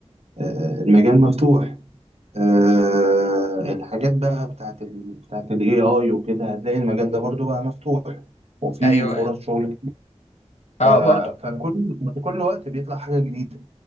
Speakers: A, on the right (about 65°); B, on the left (about 80°).
A: آه، المجال مفتوح آه، الحاجات بقى بتاعت ال بتاعت ال AI وكده هتلاقي المجال ده برضو بقى مفتوح وفي
B: ايوه
A: فرص
B: ايوه
A: شغل كتير
B: اه
A: آه،
B: برضو
A: فكل كل وقت بيطلع حاجة جديدة